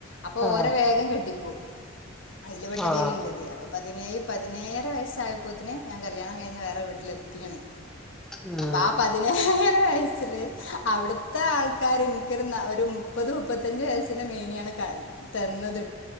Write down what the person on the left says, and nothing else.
അപ്പൊ
ഓരേ വേഗം കെട്ടിക്കും അതില് പെട്ടതായിരുന്നു
എന്റത് പതിനേഴ് പതിനേഴര വയസ്സായപ്പോത്തിന് ഞാൻ കല്യാണം കഴിഞ്ഞ് വേറെ വീട്ടിലെത്തിക്കണ്
ആ പതി ഹ്ഹ്ഹ് അവിടുത്തെ ആൾക്കാർ എനിക്കൊരു മുപ്പത് മുപ്പ പതിനഞ്ച് വയസ്സിന്റെ മേലയാണ് തന്നത്